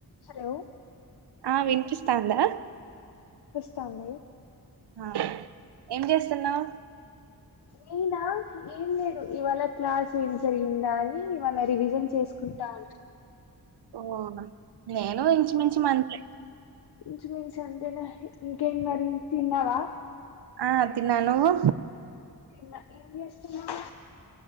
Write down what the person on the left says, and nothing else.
Hello
చాంది
నేనా ఏం లేదు ఇవాళ క్లాస్ ఏం జరిగిందా అని ఇవాళ రివిజన్ చేసుకుంటాన్నా
ఇంచుమించు అంతేలే ఇంకేం మరి తిన్నావా
తిన్న ఏం చేస్తున్నావ్